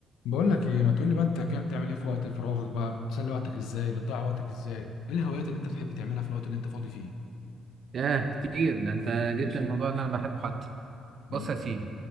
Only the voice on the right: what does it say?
ياه كتير ده انت جبت الموضوع اللي انا بحبه حتى
بص يا سيدي